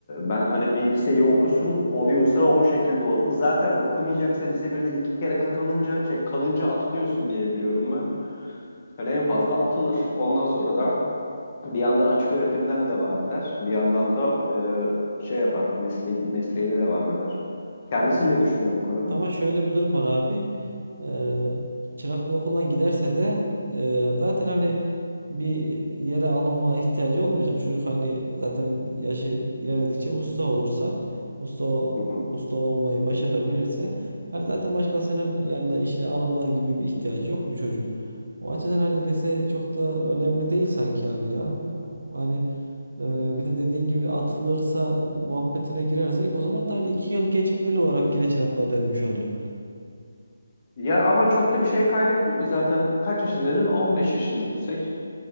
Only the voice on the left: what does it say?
ben hani bir liseyi okusun oluyorsa o şekilde olsun. Zaten okumayacaksa lise birde iki kere katılınca şey kalınca atılıyorsun diye biliyorum ben. Yani en fazla atılır. Ondan sonra da bir yandan açık öğretimden devam eder. Bir yandan da e, şey yapar mesle mesleğine devam eder. Kendisi
ne düşünüyor bu konuda?
Hı hı.
Ya ama çok da bir şey kaybetmiyor ki zaten kaç yaşındaydın? 15 yaşında desek.